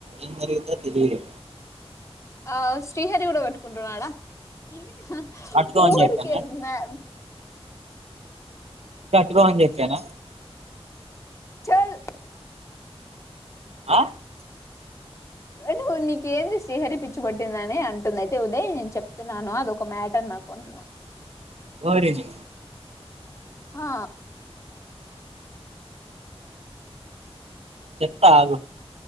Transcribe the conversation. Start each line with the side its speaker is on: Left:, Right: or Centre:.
Right: ఏది జరిగిందో తెలిదు
Left: ఆ శ్రీహ కూడా కట్టుకుంటున్నాడా ఏ
Right: కట్టుకోమని
Left: ఊరికే
Right: చెప్పానా
Left: మ్యా
Right: కట్టుకో అనీ చెప్పానా
Left: చెల్
Right: ఆ
Left: నువ్వు నీకేంది శ్రీహరి పిచ్చి పట్టిందని అంటుంది అంటే ఉదయ్ నేను చెప్తున్నాను అదొక మ్యాటర్ నాకు అంటున్నా
Right: ఓవరేషి
Left: ఆ
Right: చెప్తా ఆగు